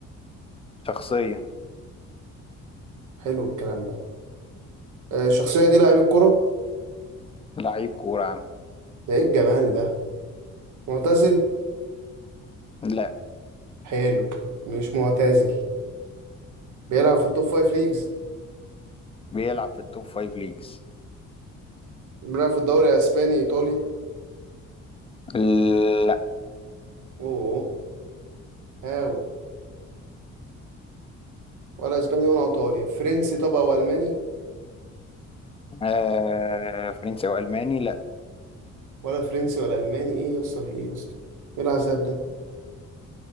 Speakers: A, on the left (about 20°); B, on the right (about 80°).
A: شخصيه
B: حلو الكلام ده آه، الشخصية دي لعيب الكرة
A: لعيب كوره يا عم
B: ده ايه الجمال ده معتزل
A: لا
B: حلو مش معتزل بيلعب في التوب فايف ليجز
A: بيلعب في التوب فايف ليجز
B: بيلعب في الدوري اسباني ايطالي
A: لا
B: اوه هاو ولا اسباني ولا ايطالي فرنسي طبعا والماني
A: آه فرنسي او الماني لا
B: ولا فرنسي ولا الماني ايه يا اسطى في ايه يا اسطى ايه العذاب ده